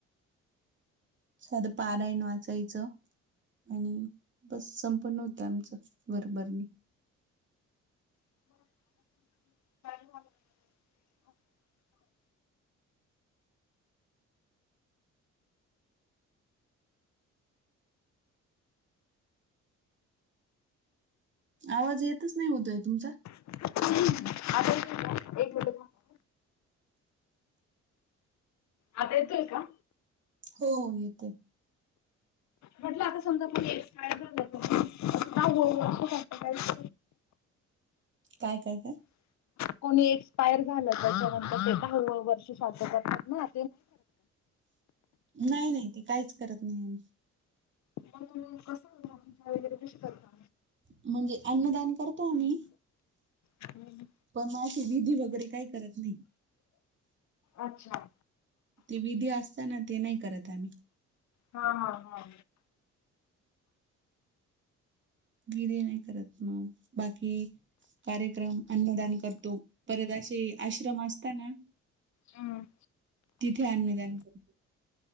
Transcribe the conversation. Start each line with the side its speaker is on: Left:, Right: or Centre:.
Right: साधं परायण वाचायचं. आणि बस संपन्न होतं आमचं बरोबरनी.
Left: हम ह.
Right: आवाज येतच नाही होतोय तुमचा?
Left: आ. एक मिनट आता येतोय का?
Right: हो येतोय.
Left: म्हटलं आता समजा आपण एक्सय ज काळळ अस.
Right: काय करतय?
Left: कोणी एक्सपायर झालं त्याच्यानंतर ते का हळळ वर्ष सात करातणार.
Right: नाही नाही ते काहीच करत नाही आम्ही
Left: मण कसं होत वगैरे कशी करत.
Right: म्हणजे अन्नदान करतो आम्ही
Left: हम्.
Right: पण की विधी वगैरे काही करत नाही.
Left: अच्छा.
Right: ते विधी असताना ते नाही करत आम्ही
Left: हा हा हा.
Right: वीर नाही करत म बाकी कार्यक्रम अन्नदान करतो परत असे आश्रम असताना.
Left: हम्.
Right: तिथे आण जाण्यासाठी